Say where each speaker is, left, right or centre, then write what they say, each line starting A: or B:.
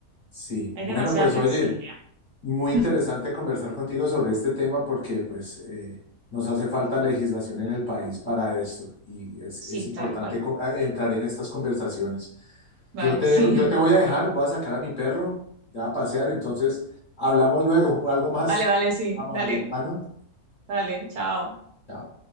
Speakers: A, on the left; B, on the right.
A: Sí,
B: Hay
A: bueno,
B: demasiada
A: pues
B: flexibilidad.
A: oye, muy interesante
B: <laughs>
A: conversar contigo sobre este tema porque pues eh, nos hace falta legislación en el país para esto y es,
B: Sí,
A: es importante
B: tal cual.
A: co- a- entrar en estas conversaciones.
B: Vale,
A: Yo te
B: <laughs>
A: dejo, yo
B: sí.
A: te voy a dejar, voy a sacar a mi perro ya a pasear, entonces hablamos luego, algo más
B: Vale, vale, sí.
A: amable,
B: Dale,
A: hermano.
B: dale, chao.
A: Chao.